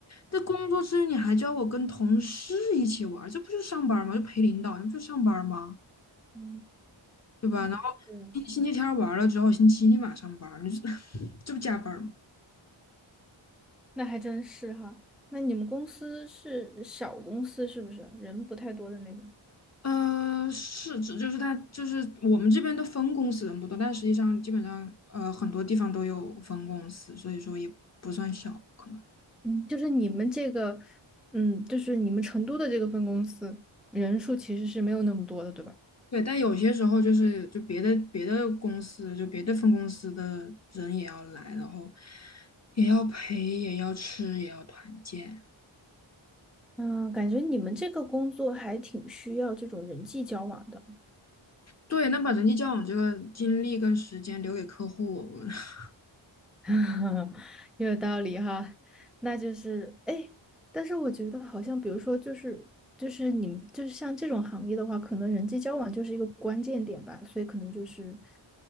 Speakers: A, on the left; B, in the centre.
A: 这工作之余你还叫我跟同事一起玩儿这不就上班儿吗？就陪领导，你不就上班儿吗？
B: 嗯，
A: 对吧？
B: 嗯，
A: 然后
B: 是。
A: 星星期天儿玩儿了之后，星期一立马上班儿你这 <laughs> 这不加班儿吗？
B: 那还真是哈。那你们公司是小公司是不是？人不太多的那种。
A: 呃，是，这就是他，就是我们这边的分公司人不多，但实际上基本上呃很多地方都有分公司，所以说也不算小可能。
B: 嗯，就是你们这个，嗯，就是你们成都的这个分公司，人数其实是没有那么多的，对吧？
A: 对，但有些时候就是就别的别的公司，就别的分公司的人也要来，然后也要陪，也要吃，也要团建。
B: 嗯，感觉你们这个工作还挺需要这种人际交往的。
A: 对，那把人际交往这个精力跟时间留给客户，<laughs>
B: <laughs> 有道理哈，那就是哎，诶但是我觉得好像，比如说，就是就是你们就是像这种行业的话，可能人际交往就是一个关键点吧，所以可能就是，